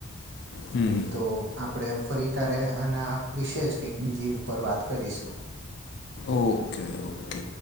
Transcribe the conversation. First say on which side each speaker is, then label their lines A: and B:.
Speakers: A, on the left; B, on the right.
A: હમ
B: તો આપડે ફરી ક્યારે આના વિશે જ કઈક બીજી ઉપર વાત કરીશું
A: ઓકે ઓકે